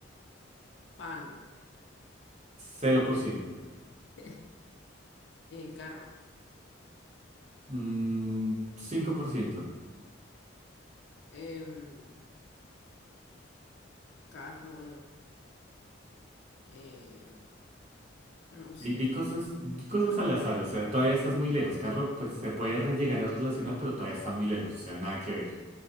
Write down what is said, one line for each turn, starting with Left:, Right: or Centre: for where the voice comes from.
Left: pan.
Right: Cero por ciento.
Left: <laughs> Eh, carro.
Right: Mm, 5%.
Left: Em, carro. eh, no sé.
Right: Di, di cosas, di cosas
Left: Ajá.
Right: al azar. O sea, todavía estás muy lejos. Carro, pues se puede re- llegar a relacionar, pero todavía está muy lejos. O sea, nada que ver.